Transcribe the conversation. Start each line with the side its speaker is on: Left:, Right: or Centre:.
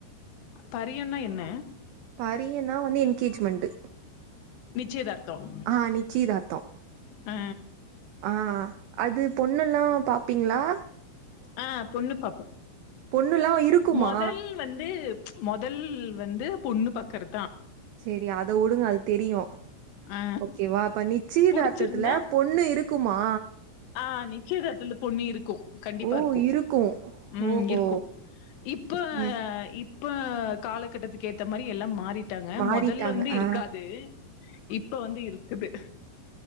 Left: பரியன்னா என்ன
Right: பரியோன்னா வந்து என்கேஜ்ஜூமெண்ட்டு
Left: நிச்சயதார்த்தம்.
Right: ஆ நிச்சிதாத்தோ
Left: அ,
Right: ஆ அது பொண்ணுல்லா பாப்பீங்ளா
Left: ஆ பொண்ணு பாப்போம்
Right: பொண்ணுல்லா இருக்குமா
Left: மொதல் வந்து மொதல் வந்து பொண்ணு பாக்கற் தா
Right: செரி அத உடுங்க அது தெரியும்
Left: அ
Right: ஓகே வா அப்ப நிச்சயதார்த்தத்துல
Left: புடிச்சிருந்தா
Right: பொண்ணு இருக் குமா
Left: ஆ நிச்சயதர்த்துல பொண்ணு இருக்கும் கண்டிப்பா
Right: ஓ
Left: இருக்கும்
Right: இருக்கு
Left: ம்
Right: ஓஹோ
Left: இருக்கும் இப்ப
Right: ம்
Left: இப்ப காலகட்டத்துக்கு ஏத்த மாரி எல்லா மாறி ட்டாங்க
Right: மாறிட்டாங்க
Left: மொதல்ல வந்த
Right: ஆ
Left: இருக்காது இப்ப வந்து இருக்குது